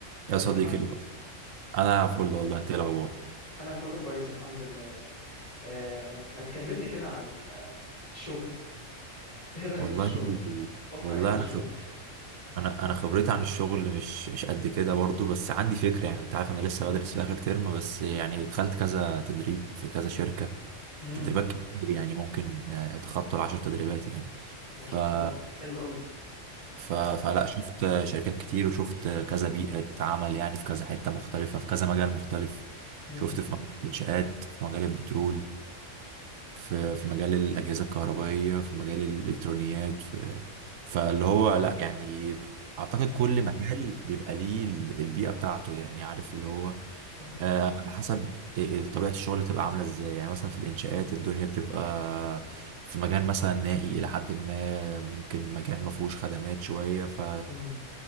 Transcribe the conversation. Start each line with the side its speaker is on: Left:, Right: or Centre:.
Left: ازيك
Right: يا صديقي
Left: يا محمد
Right: انا فل والله انت إيه الاخبار
Left: انا كله كويس الحمد لله آه، ما تكلمني كده عن آه، الشغل ايه رأيك
Right: والله
Left: في الشغل واقع
Right: والله
Left: ايه للشغل
Right: انا خب... انا انا خبرتي عن الشغل مش مش قد كده برضو بس عندي فكره يعني انت عارف انا لسه بدرس في اخر ترم بس يعني دخلت كذا تدريب في كذا شركه
Left: امم
Right: تدريبات كتير يعني ممكن آه، اتخطى العشر تدريبات يعني
Left: ما
Right: ف
Left: شاء
Right: آه.
Left: الله حلو قوي
Right: ف... فلا
Left: آه،
Right: شفت آه، شركات كتير وشفت آه، كذا بيئه عمل يعني في كذا حته مختلفه في كذا مجال مختلف
Left: امم
Right: شفت في مجال الانشاءات في مجال البترول في في مجال الأجهزة الكهربائية في مجال الإلكترونيات في فاللي
Left: امم
Right: هو لا يعني أعتقد
Left: يعني-
Right: كل مجال بيبقى ليه ال- البيئة بتاعته يعني عارف اللي هو
Left: مم.
Right: آه، على حسب إيه- إيه طبيعة الشغل تبقى عاملة إزاي يعني مثلا في الإنشاءات الدنيا بتبقى في مجال مثلا نائي إلى حد ما ممكن مكان ما فيهوش خدمات شوية ف
Left: مم.